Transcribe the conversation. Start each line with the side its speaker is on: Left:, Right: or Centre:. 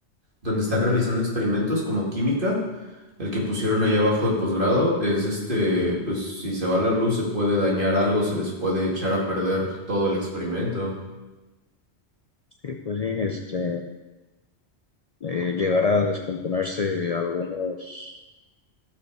Right: donde están realizando experimentos como química. El que pusieron ahí abajo de posgrado es este, pues si se va la luz se puede dañar algo, se les puede echar a perder todo el experimento.
Left: Sí, pues sí, este, eh, llegar a descomponerse algunos